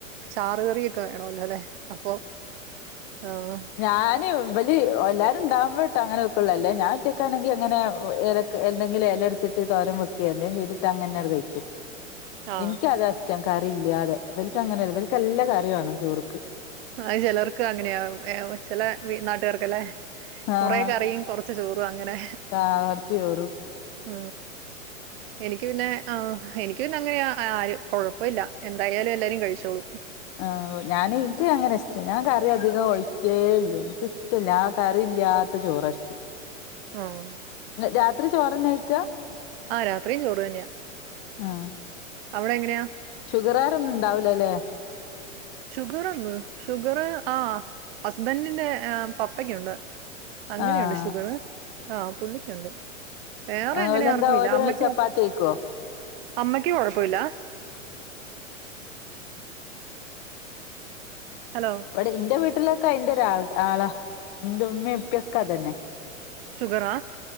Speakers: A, on the right (about 45°); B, on the left (about 40°).
A: ചാറ് കറിയൊക്കെ വേണമല്ലോ അല്ലേ അപ്പൊ ആഹ്
B: ഞാനും ഇവല് ഓല ഇവിടെ ഉണ്ടാഅങ്ങനെ ല്ല ഞാൻഒറ്റക്കാണെങ്കിൽ അങ്ങനെെ എന്തെങ്കിലും ത്തിട്ട് തോരം വെക്കുക എന്തേം ചെയ്തിട്ട്ങ്ങനെട് കഴിക്കും
A: ആഹ്
B: ഇൻക്ക് അതാ ഇഷ് ട്ടം. കറി ഇല്ലാതെ ഇവലക്ക് അങ്ങനെ ഇവലക്ക് എല്ല കറി വേണം ചോറ്ക്ക്
A: ആ ചിലർക്ക് അങ്ങനെയും ചില നാട്ടുകാർക്കല്ലേ
B: ആഹ്
A: കൊറെ കറിയും കൊറച്ച് ചോറും അങ്ങനെ
B: ആഹ് കൊറച്ച് ചോറും
A: ഉ എനിക്ക് എനിക്ക് പിന്നെ എനിക്ക് പിന്നെ അങ്ങനെ ആ കുഴപ്പമില്ല എന്തായാലും എല്ലാരും കഴിച്ചോളൂ
B: ആഹ ഞാൻ എനിക്ക് അങ്ങനെ ഇഷ്ടം ഞാൻ കറി അധികം ഒഴിക്കേല്ല എനിക്ക ഇഷ്ടമല്ല ആ കറി ഇല്ലാത്ത ചോറ് ഇഷ്ടം
A: ആഹ
B: രാത്രി ചോറ് നേ കഴിക്കാ
A: ആഹ് രാത്രിയും ചോറ് തന്നെയാ
B: ആഹ്
A: അവിടെ എങ്ങനെയാ
B: ഷുഗറാരൊന്നും ഇണ്ടാവുലെ
A: ഷുഗർന്ന് ഷുഗർ ആഹ് ഹസ്ബൻറിന്റെ പപ്പക്ക്യുണ്ട് അങ്ങനെയുണ്ട്
B: ആഹ്
A: ഷുഗർ ആഹ് പുള്ളിക്കുണ്ട് വേറെ
B: ആഹ്
A: അങ്ങനെ
B: ഓലെന്താ
A: ആർക്കും ഇല്ല
B: ഓല്
A: അമ്മക്ക്
B: ചപ്പാത്തിയ്ക്കോ
A: ഓക്സ് അമ്മയ്ക്ക് കൊഴപ്പുല്ല ഹലോ
B: ഇവിടെ ഇന്റെ വീട്ട ഇല്ലോക്കെ അയിന്റെ ഒരാൾ ആളാ ഇന്റെ ഉമ്മിം ഉപ്പ്യ ഒക്കെ അതെന്നെ
A: ഷുഗറാ